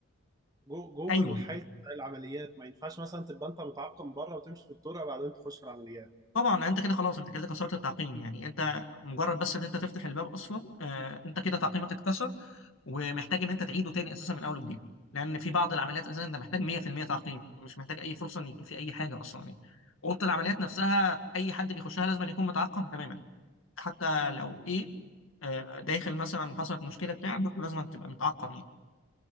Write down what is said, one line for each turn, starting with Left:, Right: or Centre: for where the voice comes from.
Right: جو- جوه
Left: ايوه
Right: الحيز بتاع العمليات ما ينفعش مثلا تبقى أنت متعقم بره وتمشي في الطرق بعدين تخش العمليات
Left: طبعا انت كده خلاص انت كده كسرت التعقيم يعني انت مجرد بس ان انت تفتح الباب اصلا آه انت كده تعقيمك اتكسر ومحتاج ان انت تعيده تاني اساسا من اول وجديد لان في بعض العمليات اساسا انت محتاج 100% تعقيم مش محتاج اي فرصه ان يكون في اي حاجه اصلا يعني اوضه العمليات نفسها اي حد بيخشها لازم أن يكون متعقم تماما حتى لو ايه آه داخل مثلا حصلت مشكله بتاع برضه لازم تبقى متعقم